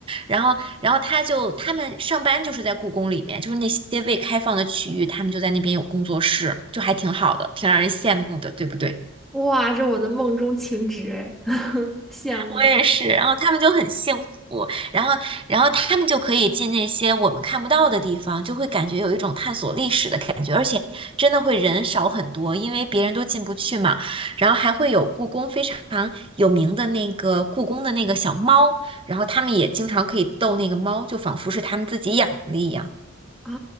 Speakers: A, on the right; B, in the centre.
A: 然后然后他就他们上班就是在故宫里面，就是那些未开放的区域，他们就在那边有工作室，就还挺好的，挺让人羡慕的，对不对？
B: 哇，这我的梦中情植哎，<laughs> 羡慕
A: 我也是，然后他们就很幸福，然后，然后他们就可以进那些我们看不到的地方，就会感觉有一种探索历史的感觉，而且真的会人少很多，因为别人都进不去嘛。然后还会有故宫非常有名的那个故宫的那个小猫，然后他们也经常可以逗那个猫，就仿佛是他们自己养的一样。
B: 啊！